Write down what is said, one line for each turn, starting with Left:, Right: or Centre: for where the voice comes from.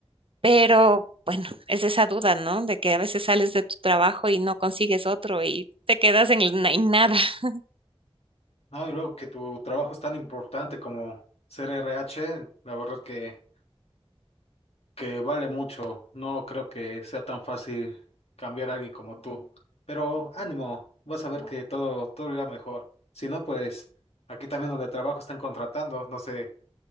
Right: Pero bueno, es esa duda, ¿no? De que a veces sales de tu trabajo y no consigues otro y te quedas en, el na- en nada. <laughs>
Left: No, y luego que tu trabajo es tan importante como ser RH, la verdad que, que vale mucho. No creo que sea tan fácil cambiar a alguien como tú. Pero ánimo, vas a ver que todo, todo irá mejor. Si no, pues aquí también donde trabajo están contratando. No sé,